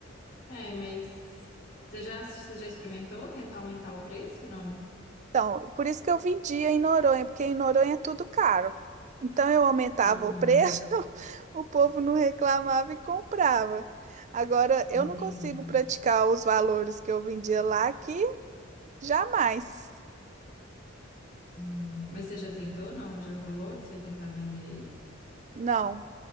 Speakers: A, on the left; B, on the right.
A: É, mas você já, você já experimentou tentar aumentar o preço, não?
B: Então, por isso que eu vendia em Noronha, porque em Noronha é tudo caro. Então eu aumentava
A: Uhum,
B: o preço, <laughs> o povo não reclamava e comprava. Agora eu
A: entendi.
B: não consigo praticar os valores que eu vendia lá aqui, jamais.
A: Hum. Mas você já tentou, não? Já rolou de você tentar vender aí?
B: Não,